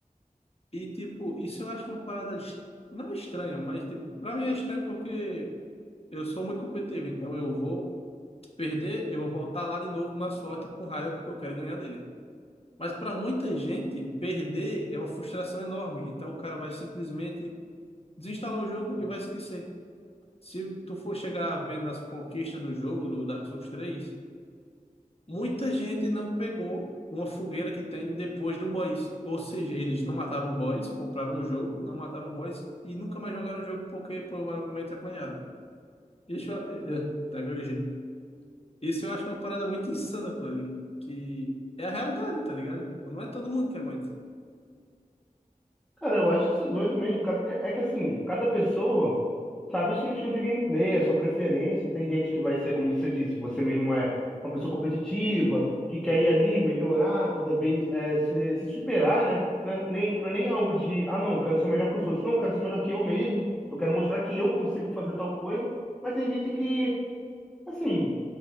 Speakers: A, on the left; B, in the centre.
A: E, tipo, isso eu acho uma parada est- não é estranha, mas, tipo, para mim é estranho porque eu sou muito competitivo, então eu vou perder, eu vou voltar lá de novo, mais forte com raiva porque eu quero ganhar dele. Mas para muita gente, perder é uma frustração enorme, então o cara vai simplesmente desinstalar o jogo e vai esquecer. Se tu for chegar a ver nas conquistas do jogo do Dark Souls 3, muita gente não pegou uma fogueira que tem depois do boss. Ou seja, eles não mataram o boss, compraram o jogo, não mataram o boss e nunca mais jogaram o jogo porque provavelmente apanharam. Isso, é, é, tá gaguejando. Isso eu acho uma parada muito insana, pô, e que é a realidade, tá ligado? Tipo, não é todo mundo que aguenta.
B: Cara, eu acho que isso é doido mesmo. Ca- É que assim, cada pessoa sabe o seu estilo de gameplay, a sua preferência. Tem gente que vai ser, como você disse, você mesmo é uma pessoa competitiva, que quer ir ali, melhorar, cada vez é, se, se superar, né? Não é, nem, não é nem algo de, ah, não, eu quero ser melhor que os outros. Não, eu quero ser melhor que eu mesmo. Eu quero mostrar que eu consigo fazer tal coisa. Mas tem gente que, assim